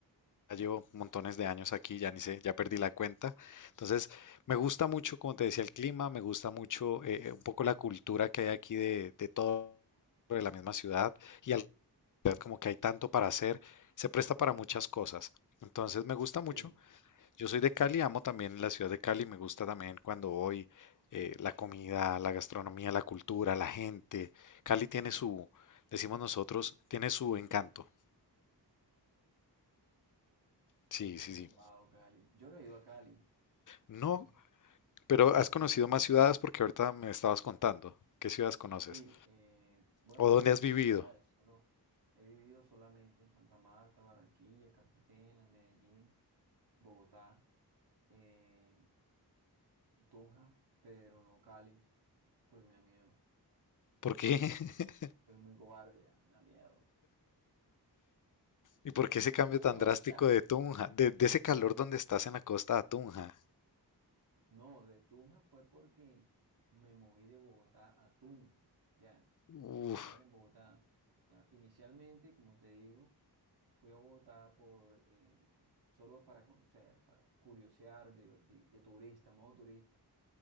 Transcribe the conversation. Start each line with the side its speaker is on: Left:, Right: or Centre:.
Left: ya llevo montones de años aquí, ya ni sé, ya perdí la cuenta. Entonces, me gusta mucho, como te decía, el clima, me gusta mucho eh, un poco la cultura que hay aquí de, de todo de la misma ciudad y al- como que hay tanto para hacer, se presta para muchas cosas. Entonces, me gusta
Right: Sí,
Left: mucho. Yo soy de Cali, amo también la ciudad de Cali, me gusta también cuando voy, eh, la comida, la gastronomía, la cultura, la gente. Cali tiene su, decimos nosotros, tiene su encanto.
Right: tiene
Left: Sí,
Right: su
Left: sí,
Right: tumbado,
Left: sí.
Right: Cali. Yo no he ido a Cali.
Left: No
Right: <laughs>
Left: Pero
Right: No,
Left: has conocido
Right: no he ido.
Left: más ciudades porque ahorita me estabas contando qué ciudades conoces
Right: Sí, eh, bueno,
Left: o
Right: no
Left: dónde
Right: muchas
Left: has vivido.
Right: ciudades, solo he vivido solamente en Santa Marta, Barranquilla, Cartagena, Medellín, Bogotá, eh, Tunja, pero no Cali, porque me da miedo.
Left: ¿Por qué? <laughs>
Right: Soy muy cobarde ya, me da miedo.
Left: ¿Y por qué ese cambio
Right: Pero bueno,
Left: tan drástico
Right: o sea,
Left: de Tunja? De, de ese calor donde estás en la costa a Tunja.
Right: No, de Tunja fue porque me moví de Bogotá a Tunja. Ya,
Left: Uf,
Right: yo estaba era en Bogotá. O sea, inicialmente, como te digo, fui a Bogotá por, eh, solo para conocer, para curiosear de, de, de turista, modo turista.